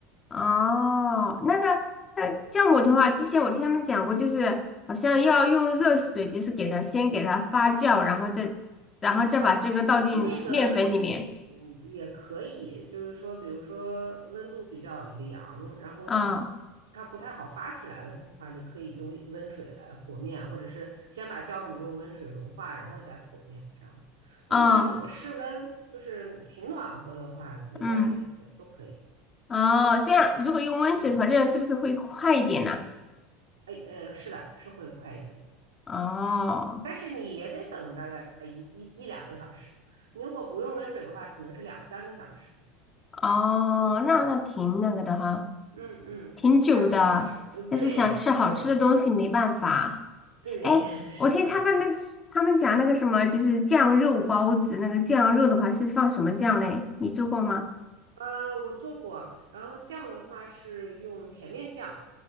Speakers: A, on the left (about 25°); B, on the right (about 75°).
A: 哦，那个，那酵母的话，之前我听他们讲过，就是好像要用热水，
B: 嗯
A: 就是给它先给它发酵，然后再，然后再把这个倒进面粉里面。
B: 啊，那个嗯也可以，就是说，比如说温度比较凉，然后它
A: 啊、
B: 它不太好发起来的话，你可以用温水来和面，或者是先把酵母用温水融化，然后再和面这样子。如果你室温就是挺暖和的话，
A: 啊
B: 没关系，
A: 嗯，
B: 都可以。
A: 哦，这样如果用温水的话，
B: 嗯，
A: 这样是不是会快一点呢、
B: 哎呃，是的，是会快一点的。
A: 哦，
B: 但是你也得等大概一一一两个小时。你如果不用温水的话，可能是两三个小时这样
A: 哦，那那挺那个的哈，
B: 嗯嗯，
A: 挺久的，
B: 你下次可以试。嗯，
A: 但是想吃好吃的东西没办法。
B: 对对对，
A: 哎，
B: <laughs> 是的。
A: 我听他们那是他们讲那个什么，就是酱肉包子，那个酱肉的话是放什么酱嘞？你做过吗？
B: 呃，我做过，然后酱的话是用甜面酱。